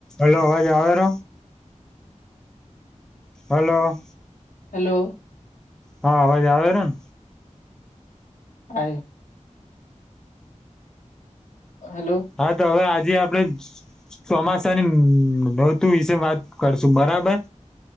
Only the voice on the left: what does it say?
હાલો.
આય હાલો.